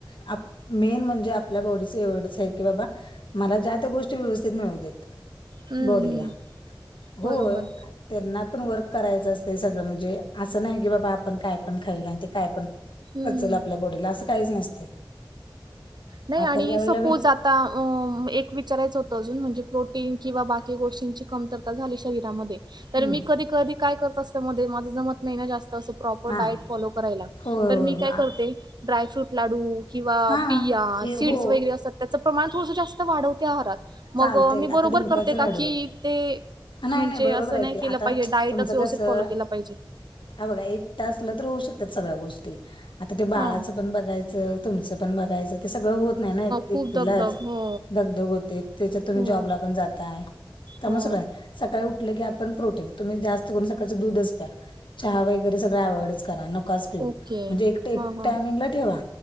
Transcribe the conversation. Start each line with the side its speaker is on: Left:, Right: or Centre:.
Left: आप मेन म्हणजे आपल्या बॉडी एवढंच हाय की की बाबा मला ज्या त्या गोष्टी व्यवस्थित मिळवू देत.
Right: हं,
Left: बॉडीला
Right: हं.
Left: होय.
Right: बरोबर.
Left: त्यांना पण वर्क करायचं असत सगळं म्हणजे असं नाही की बाबा आपण काय पण खाईल आणि ते काय पण
Right: हं.
Left: पचल आपल्या बॉडीला असं काहीच नसते.
Right: नाही
Left: आपण
Right: आणि
Left: ज्या
Right: सपोज
Left: वेळेला
Right: आ ता एक विचारायचं होतं अजून म्हणजे प्रोटीन किंवा बाकी गोष्टींची कमतरता झाली शरीरामध्ये तर
Left: हम्म
Right: मी कधी कधी काय करत असत मध्ये माझं जमत नाही ना जास्त असं प्रॉपर
Left: हा
Right: डायट फॉलो करायला
Left: होय
Right: तर
Left: होय
Right: मी
Left: हो
Right: काय करते ड्रायफ्रूट लाडू किंवा
Left: हा
Right: बी सीड्स
Left: हो
Right: वगैरे असतात त्याचं प्रमाण थोडसं जास्त वाढवते आहारात. मग
Left: चालतय
Right: मी बरोबर
Left: आता डिंकाच
Right: करते का
Left: लाडू
Right: कि ते
Left: नाही
Right: म्हणजे
Left: नाही बरोबर
Right: असं
Left: आहे
Right: नाही
Left: की
Right: केलं
Left: आता
Right: पाहिजे डायटच
Left: तुमचं
Right: व्यवस्थित
Left: कसं
Right: फॉलो केला पाहिजे.
Left: हा बघा एकटं असला तर होऊ शकतात सगळ्या गोष्टी आता ते बाळाचं
Right: हा
Left: पण बघायचं तुमचं पण बघायचं ते सगळं होत नाही ना एक
Right: खूप
Left: एकटीलाच
Right: दगदग हो
Left: दगदग होते. त्याच्यात तुम्ही
Right: हो
Left: जॉबला पण जाताय त्यानुसार
Right: हो
Left: हाय सकाळी उठलं की आपण प्रोटीन तुम्ही जास्त करून सकाळचं दूधचं प्या चहा वगैरे सगळं अव्हॉइडचं करा नकाच पिऊ
Right: ओके
Left: म्हणजे एकट एक
Right: हा हा
Left: टायमिंग ला ठेवा.